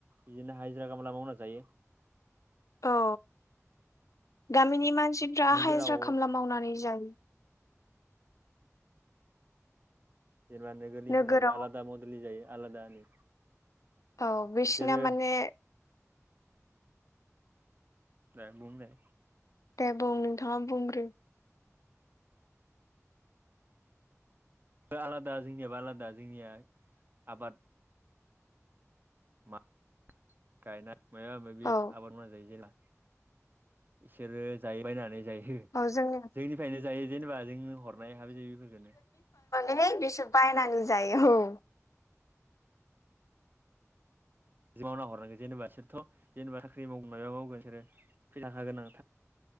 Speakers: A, on the right (about 40°); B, on the left (about 75°).
A: बिदिनो हाजिरा खामला मावना जायो।
B: औ गामिनि मानसिफ्रा
A: नोगोराव
B: हाजिरा खामला मावनानै जायो।
A: जेनेबा नोगोरलिफोराबो
B: नोगोराव
A: आलादा मडेलनि जायो। आलादानि
B: औ बिसना
A: बिसोरो
B: माने
A: दे गुमनाय
B: दे बुं नोंथाङा बुंग्रो
A: आलादा जोंनियाबो आलादा जोंनिया आबाद मा गायनाय माबा माबि
B: औ
A: आबाद माव जायो जेला इसोरो जायोबायनानै जायो
B: औ जोंनि
A: जोंनिफ्रायनो जायो जेनेबा जोंङ हरनाय हाबि फोरखौनो
B: एनेक बिसोर बायनानै जायो औ।
A: मावना हरनांगोन जेनेबा बिसोरथ जेनेबा साख्रि माव मबा मावगोन बिसोर फैसा थाखा गोनां।